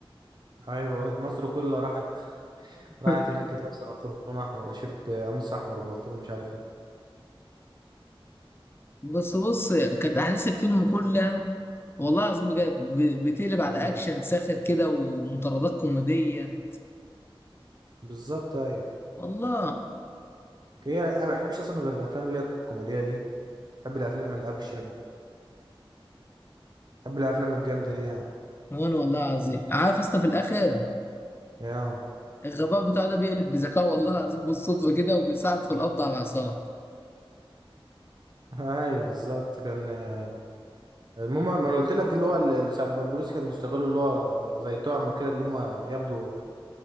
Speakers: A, on the right; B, on the left.
A: ايوه مصر كلها راحت راحت
B: <laughs>
A: هناك كانت لابسه بنطلون احمر شيرت قميص احمر وبنطلون مش عارف ايه
B: بس بص كانت احداث الفيلم كلها والله العظيم بجد ب- بتقلب على
A: ايوه
B: اكشن ساخر كده ومطاردات كوميديه
A: بالظبط ايوه
B: والله
A: هي انا ما بحبش اصلا غير الافلام اللي هي الكوميديه دي بحب الافلام الاكشن بحب الافلام الجامده دي يعني
B: وانا والله العظيم عارف اصلا في الاخر
A: يا
B: الغباء بتاعه ده بيقلب بذكاء والله العظيم بالصدفه كده وبيساعد في القبض على العصابه
A: <laughs> ايوه بالظبط كان آه، المهم ما انا قلت لك اللي هو ال- ساعه ما البوليس كان بيستغلوا اللي هو زي طعم كده اللي هم ياخدوا